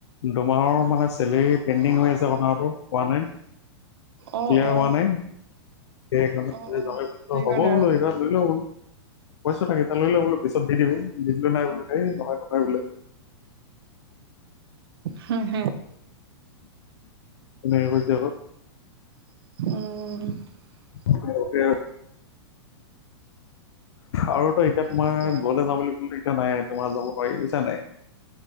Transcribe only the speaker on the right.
অ'
অ।
অ
অ
সেইকাৰণে
আৰু
হাঁইহ!
অঁ অঁ!
তাকে